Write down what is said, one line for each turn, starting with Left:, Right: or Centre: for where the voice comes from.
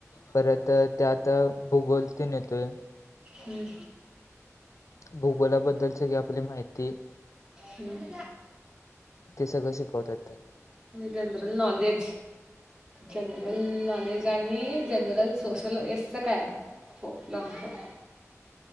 Left: परत त्यात भूगोल तेन येतोय.
Right: हम्म.
Left: भूगोलाबद्दलची ही आपली माहिती.
Right: हम्म
Left: ते सगळं शिकवत्यातं
Right: जनरल नॉलेज, जनरल नॉलेज आणी जनरल सोशल, येसच काय, लॉगफार्म